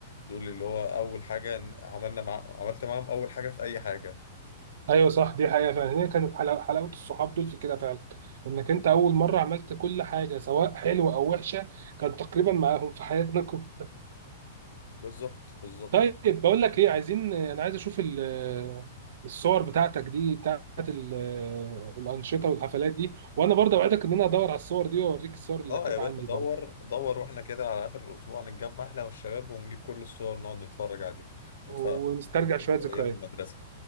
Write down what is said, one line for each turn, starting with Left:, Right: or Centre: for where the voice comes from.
Left: دول اللي هو اول حاجه ن- عملنا مع... عملت معاهم اول حاجه في اي حاجه
Right: ايوه صح دي حقيقه فعلا هي كانت حلاوه حلاوه الصحاب دول في كده فعلا انك انت اول مره عملت كل حاجه سواء حلوه او وحشه كان تقريبا معاهم في حياتنا كلها
Left: بالظبط
Right: <laughs>
Left: بالظبط
Right: طيب بقول لك ايه عايزين انا عايز اشوف ال- آه، الصور بتاعتك دي بتاعت
Left: <laughs>
Right: ال- آه، الانشطه والحفلات دي وانا برضه اوعدك ان انا ادور على الصور دي واوريك الصور اللي
Left: اه
Right: كانت
Left: يا باشا
Right: عندي
Left: دور
Right: برضه
Left: دور واحنا كده على اخر الاسبوع نتجمع احنا والشباب ونجيب كل الصور نقعد نتفرج عليها نتفرج
Right: ونسترجع
Left: نفتكر
Right: شويه ذكريات
Left: ايام المدرسه